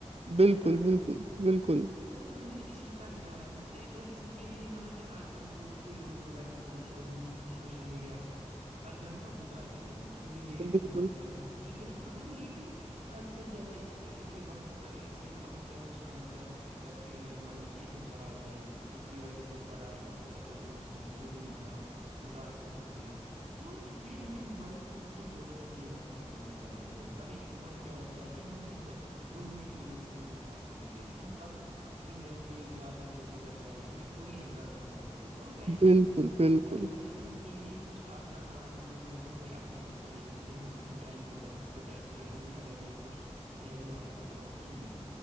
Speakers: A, on the right; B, on the right.
A: بالکل
B: ہے نا
A: بالکل بالکل
B: تو ہمیں اسی کا دھیان رکھنا چاہیے تو اسی کے لیے مطلب کہ آج کل بہت سے لوگ موبائل فونس اور یوز سوشل میڈیا پر گھنٹو گزار دیتےینیں تھوڑی دیر استعمال
A: بالکل
B: کرنا ٹھیک ہے مگر لیکن حد سے زیادہ اس اس وقت کا اس وقت کا نقصان گھر کر ت ہیں مطلب کہ اسے چلاتے ہیں اس کی وجہ سے پڑھائی صحت اور دوسروں ضروری کام متاثر ہوتے ہیں تو اس لیے ہمیں موبائل فون فون صرف ضرورت کے وقت استعمال کرنا چاہیے کبھی کبھار کیا ہوتا ہے کہ ہم صرف دو منٹ کے لیے فون کو ہاتھ میں لیتے ہیں لیکن کب تین گھنٹے چار گھنٹے گزر جاتے ہیں ہمیں کوئی اندازہ نہیں ہوتا تو ٹائم
A: بالکل بالکل
B: ٹائم مینجمنٹ کے لیے کچھ آسان عادت ہے مطلب کہ ہمیں اپ انی چاہیے جس سے ہم ان ٹائم کو بچا سکیں ان میں اگر میں کچھ کہہ دوں آپ کو تو سنیے